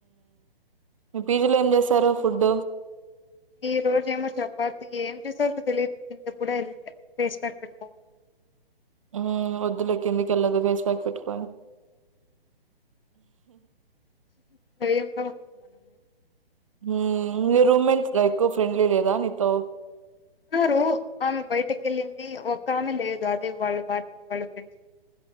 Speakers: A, on the right; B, on the left.
A: ఉమ్ పీజీలో ఏం చేశారు ఫుడ్
B: ఈ రోజు ఏమో చపాతి ఏం చేసారో తెలీదు కిందకి కూడా వెళ్లలేదు ఫేస్ ప్యాక్ పెట్టుకున్నా
A: ఉమ్ వద్దులే కిిందికి వెళ్లొద్దు ఫేస్ ప్యాక్ పెట్టుకొని
B: స <inaudible> మన
A: ఊమ్ మీ రూమ్మెన్స్ ఎక్కువ ఫ్రెండ్లీ లేదా నీతో
B: ఉన్నారు ఆమె బయటకి వెళ్ళింది ఒక్క ఆమె లేదు అదే వాళ్ళ పార్టీ వాళ్ల ఫ్రెండ్స్